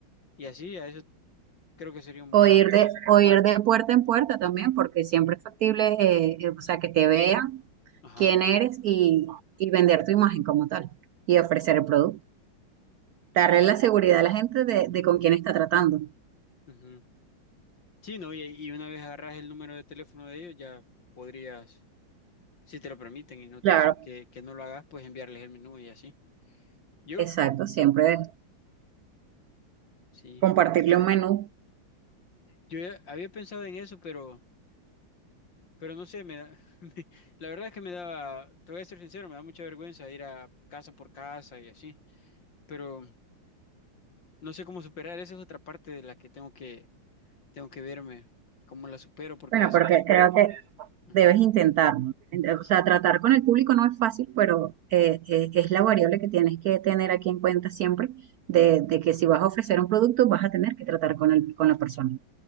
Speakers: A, on the left (about 60°); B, on the right (about 80°).
A: Y así, a eso creo que sería un
B: O
A: buen...
B: ir de, o ir de puerta en puerta también, porque siempre es factible, eh, eh, o sea, que te vean
A: Ajá.
B: quién eres y, y vender tu imagen como tal y ofrecer el producto. Darle la seguridad a la gente de, de con quién está tratando.
A: ujú. Sí, ¿no? Y, y una vez agarras el número de teléfono de ellos, ya podrías, si te lo permiten y no te
B: Claro,
A: dicen que, que no lo hagas, pues enviarles el menú y así. Yo,
B: exacto, siempre
A: sí.
B: compartirle un menú.
A: Yo ya había pensado en eso, pero, pero no sé, me da- <laughs> me- la verdad es que me daba, te voy a ser sincero, me da mucha vergüenza ir a casa por casa y así, pero no sé cómo superar, esa es otra parte de la que tengo que, tengo que verme, cómo la supero, porque
B: Bueno,
A: esa
B: porque
A: parte,
B: creo que
A: ajá,
B: Debes intentarlo. O sea, tratar con el público no es fácil, pero eh, eh, es la variable que tienes que tener aquí en cuenta siempre, de, de que si vas a ofrecer un producto, vas a tener que tratar con el, con la persona.